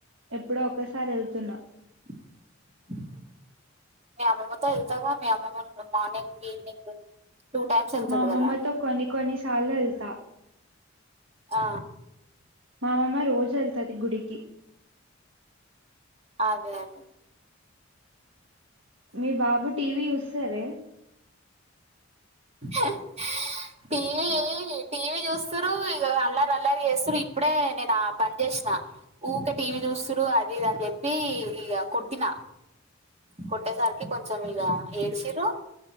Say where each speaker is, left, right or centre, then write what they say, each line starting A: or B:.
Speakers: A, on the right; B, on the right.
A: ఎప్పుడో ఒకసారి ఎళ్తున్నా
B: <inaudible> మీ అమ్మమ్మతో ఎళ్తావు గా మీ అమ్మమ్మ మార్నింగ్ ఈవినింగ్ టూ టైమ్స్ వెళ్తది
A: మా అమ్మమ్మతో
B: కదా
A: కొన్ని కొన్నిసార్లు ఎళ్తా
B: ఆ
A: మా అమమ్మ రోజు వెళ్తుది గుడికి
B: అదే అదే
A: మీ బాబు టీవీ చూస్తలే
B: హా టీవీ టీవీ చూస్తురు ఇక అల్లారి అల్లారి చేస్తురు ఇప్పుడే నేను ఆ పని చేసిన ఊకే టీవీ చూస్తురు అది ఇది అని చెప్పి ఇక కొట్టిన కొట్టే సార్కి కొంచెం ఇగా ఏడ్సిరు